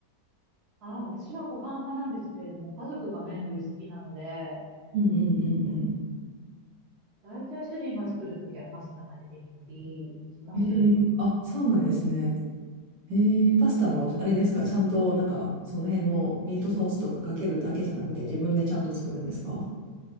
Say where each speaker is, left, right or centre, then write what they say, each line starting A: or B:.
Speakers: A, on the right; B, on the right.
A: ああ、私はご飯派なんですけれども、家族が麺類好きなので、
B: うんうんうん
A: だいたい主人が作るときはパスタが出てきたりします。
B: うん。えー、あ、そうなんですね。えー、パスタもあれですか、ちゃんとなんかその辺のミートソースとかかけるだけじゃなくて自分でちゃんと作るんですか